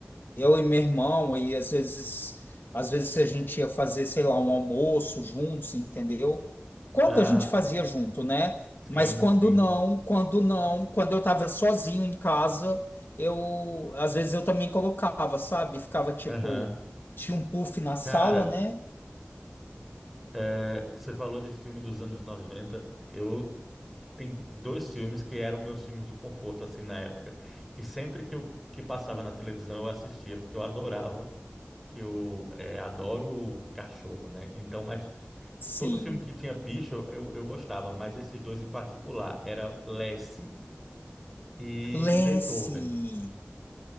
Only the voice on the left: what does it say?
eu e meu irmão, e às vezes, às vezes a gente ia fazer, sei lá, um almoço juntos, entendeu? Quando
a gente fazia junto, né?
Mas quando
não, quando não, quando eu tava sozinho em casa, eu às vezes eu também colocava, sabe? Ficava tipo,
tinha um puff na sala,
né?
Sim.
Lesse.